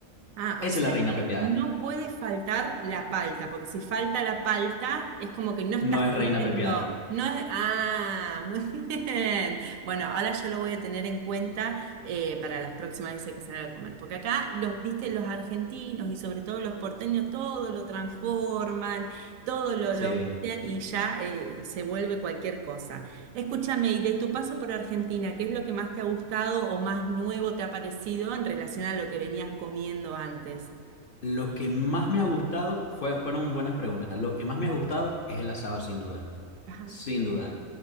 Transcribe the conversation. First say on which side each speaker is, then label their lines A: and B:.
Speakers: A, on the right (about 80°); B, on the left (about 50°).
A: Ah,
B: Esa
A: o sea
B: es la reina
A: que
B: pepiada.
A: no puede faltar la palta, porque si falta la palta es como que no estás
B: No es
A: comiendo.
B: reina pepiada.
A: No es- ah, <laughs> muy bien. Bueno, ahora yo lo voy a tener en cuenta eh, para las próximas veces que salga a comer, porque acá los, viste, los argentinos y sobre todo los porteños, todo lo transforman, todo lo,
B: Sí.
A: lo meten y ya eh, se vuelve cualquier cosa. Escúchame, y de tu paso por Argentina, ¿qué es lo que más te ha gustado o más nuevo te ha parecido en relación a lo que venías comiendo antes?
B: Lo que más me ha gustado fue, fueron buenas preguntas. Lo que más me ha gustado es el asado, sin duda.
A: Ajá.
B: Sin duda.